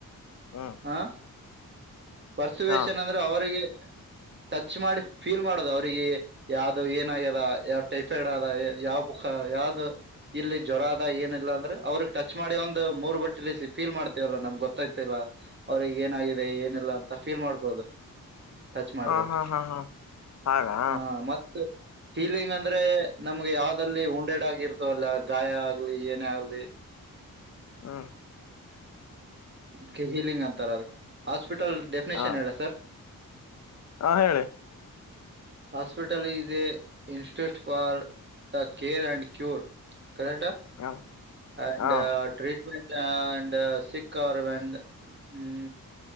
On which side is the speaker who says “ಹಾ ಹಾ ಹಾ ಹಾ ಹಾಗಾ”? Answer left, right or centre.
Left